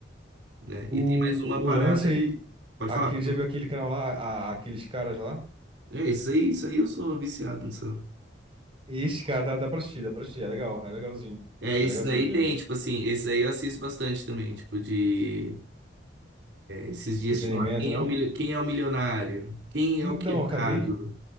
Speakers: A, on the right (about 65°); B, on the right (about 30°).
A: né?
B: O,
A: E tem mais uma parada.
B: o lance aí,
A: Pode
B: aquele,
A: falar, pode
B: já
A: falar.
B: viu aquele canal lá, a- a- aqueles caras lá?
A: É isso aí, isso aí eu sou viciado nisso.
B: Ixi, cara, dá, dá pra assistir, dá pra assistir. É legal, é legalzinho.
A: É, isso
B: É legalzinho
A: aí
B: de ver.
A: tem, tipo assim, esse aí eu assisto bastante também, tipo de Esses dias
B: Entretenimento,
A: tinha lá, quem
B: né?
A: é o, milio- quem é o milionário? Quem
B: Então,
A: é o quebrado?
B: eu acabei.